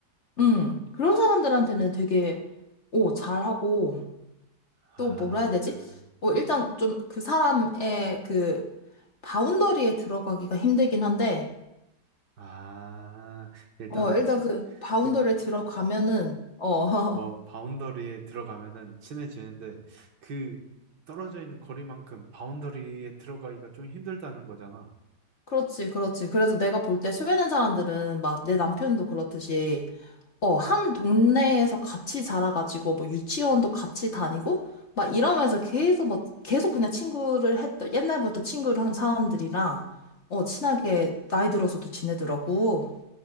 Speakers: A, on the left (about 45°); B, on the right (about 75°).
A: 음, 그런 사람들한테는 되게, 어, 잘하고, 또
B: 아,
A: 뭐라 해야 되지? 어, 일단 좀 그 사람의 그 바운더리에 들어가기가 힘들긴 한데,
B: 아, 일단,
A: 어, 일단 그 바운더리에
B: 그,
A: 들어가면은, 어, <laughs>
B: 어, 바운더리에 들어가면은 친해지는데 그 떨어져 있는 거리만큼 바운더리에 들어가기가 좀 힘들다는 거잖아.
A: 그렇지, 그렇지. 그래서 내가 볼 때소개된 사람들은 막 내 남편도 그렇듯이, 어, 한 동네에서 같이 자라가지고, 뭐 유치원도 같이 다니고, 막 이러면서 계속 막, 계속 그냥 친구를 했던, 옛날부터 친구를 한 사람들이랑, 어, 친하게 나이 들어서도 지내더라고.